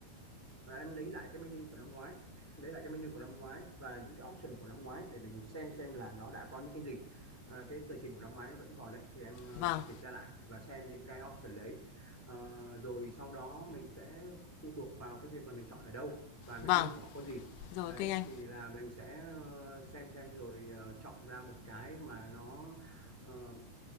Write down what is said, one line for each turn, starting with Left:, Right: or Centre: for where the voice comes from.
Centre: và em lấy lại cái menu của năm ngoái lấy lại cái menu của năm ngoái và những cái option của năm ngoái để mình xem xem là nó đã có những cái gì à, cái tờ trình của năm ngoái vẫn còn đấy thì em ờ,
Left: vâng
Centre: kiểm tra lại và xem những cái option đấy Ờ, rồi sau đó mình sẽ phụ thuộc vào cái việc là mình chọn ở đâu và menu
Left: vâng
Centre: của họ có gì
Left: rồi
Centre: đấy
Left: ok anh
Centre: thì là mình sẽ ờ, xem xem rồi ờ, chọn ra một cái mà nó ờ,